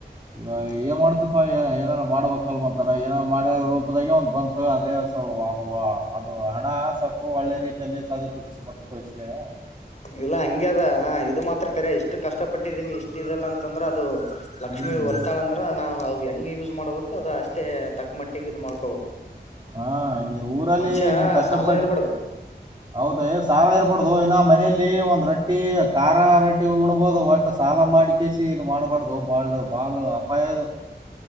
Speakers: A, on the right; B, on the left.
A: ಈಗ ಏನ್ ಮಾಡ್ತಿಪಾ ಏ ಏನ ಮಾಡ್ಬೇಕಲ್ ಮತಾನ ಏನ ಮಾಡ ರೂಪದಾಗೆ ಒಂದ್ ಬಂತ ಅದೇ ಹೊಸ ಅದು ಅದು ಹಣ ಸೊಪ್ಪು ಒಳ್ಳೆ ರೀತಿಯಲ್ಲಿ ಸಾಧ್ಯ <unintelligible>
B: ಇಲ್ಲಾ ಹಂಗೆ ಅದ ಇದು ಮಾತ್ರ ಕರೆ ಇಷ್ಟ ಕಷ್ಟ ಪಟ್ಟಿದ್ದೀನಿ ಇಷ್ಟದಿಲ್ಲ ಅಂತಂದ್ರ ಅದು ಲಕ್ಷ್ಮೀ
A: ಹ್ಮ್
B: ಹೊಲ್ತಾಳ ಅಂದ್ರ ನಾವು ಅವು ಹೆಂಗ ಯೂಸ್ ಮಾಡ್ಬೇಕು ಅದ ಅಷ್ಟೇ ತಕ್ಮಟ್ಟಿಗೆ ಇದ್ ಮಾಡ್ಕೋಬೇಕು
A: ಹಾ ನೀ ಊರಲ್ಲಿ
B: ಮನುಷ್ಯ
A: ನೀನ್ ಕಷ್ಟಪಡಿ
B: ಸಾಲ ಇರ್ಬಾರ್ದು
A: ಹೌದೆ ಸಾಲ ಇರ್ಬಡ್ದ ಇನ್ನ ಮನೇಲಿ ಒಂದ್ ರೊಟ್ಟಿ ಖಾರ ರೊಟ್ಟಿ ಉಣ್ಬೂದು ಒಟ್ಟು ಸಾಲ ಮಾಡಿ ಕೆಸಿ ಇದ್ ಮಾಡ್ಬಾರ್ದು ಬಾಳ ಬಾಳ ಅಪಾಯದು